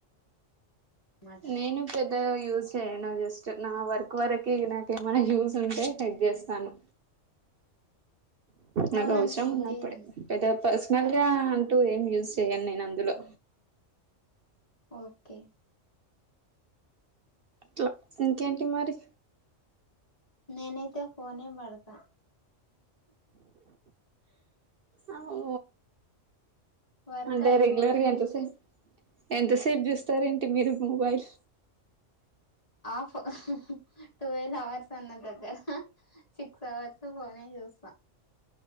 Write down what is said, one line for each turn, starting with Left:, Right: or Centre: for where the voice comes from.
Left: అనమాట
Right: నేను పెద్ ద్దగా యూజ్ చేయను జస్ట్ నా వర్క్ వరికి ఇగ నాకేమైనా యూజ్ ఉంటే ఎట్ చేస్తాను.
Left: ఫోన్
Right: నాకు అవసరం
Left: అంతా యూజ్
Right: ఉన్నప్పుడే
Left: చేయరని
Right: పెద్దగా పర్సనల్
Left: కాదు
Right: గా టూ ఏం యూజ్ చేయను నేను అందులో
Left: ఓకే
Right: ట్లా ఇంకేంటి మరి
Left: నేనైతే ఫోన్ ఏ వడతా
Right: ఆ ఓ
Left: వర్క్
Right: అంటే
Left: అయిపోగానే
Right: రెగులర్ గా ఎంత
Left: ఫోన్
Right: సే ఎంతసేపు చూస్తారేంటి మీరు మొబైల్
Left: ఆఫ్ టువెల్ అవర్స్ అన్నా దగ్గర సిక్స్ అవర్స్ ఫోనే చూస్తా